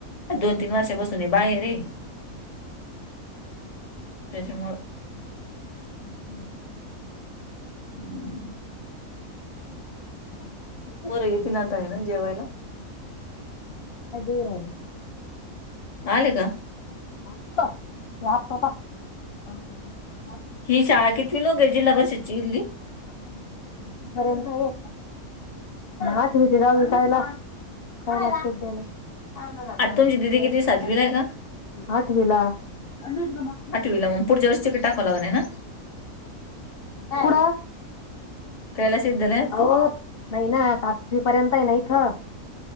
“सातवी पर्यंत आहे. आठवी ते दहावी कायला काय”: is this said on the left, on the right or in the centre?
Left